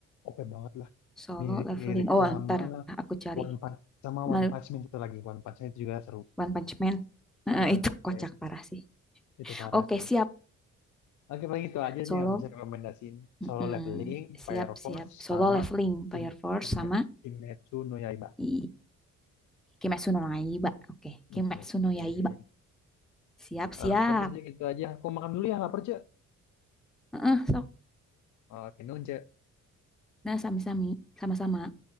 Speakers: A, on the left; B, in the centre.
A: OP banget lah.
B: Solo
A: Mirip-mirip
B: leveling. Oh,
A: sama
B: ntar aku cari.
A: One Punch sama
B: Ma-
A: One Punch Man itu lagi. One Punch Man itu juga seru.
B: One Punch Man. Heeh,
A: Nah,
B: <laughs> itu
A: oke.
B: kocak parah sih.
A: Itu parah
B: Oke,
A: sih.
B: siap.
A: Oke, paling itu aja
B: Solo.
A: nih yang aku bisa rekomendasiin.
B: Mm-mm.
A: Solo Leveling,
B: Siap,
A: Fire
B: siap.
A: Force,
B: Solo
A: sama
B: leveling,
A: Kim,
B: Fire Force
A: Kim,
B: sama
A: Kimetsu no Yaiba.
B: I- Kimetsu no Yaiba. Oke, Kimetsu
A: Iya.
B: no
A: iya.
B: Yaiba. Siap, siap.
A: Oke deh, gitu aja. Aku makan dulu ya, lapar, Cek.
B: Heeh, sok.
A: Oke, nunce.
B: Nah, sami-sami. Sama-sama.